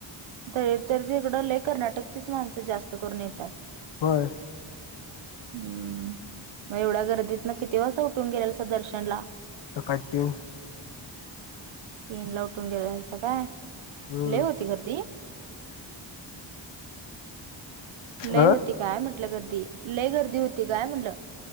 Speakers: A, on the right (about 80°); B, on the left (about 65°).
A: ते तर तिकडं लय कर्नाटकचीच माणसं जास्त करून येतात?
B: होय.
A: हम्म मग एवढ्या गर्दीत ना किती वाजता उठून गेलेला स दर्शन ला?
B: <unintelligible>
A: तीन ला उठून गेलंसं काय?
B: हम्म
A: लय होती गर्दी? लय
B: अ
A: होती काय म्हट म्हटल गर्दी? लय गर्दी होती काय म्हणलं?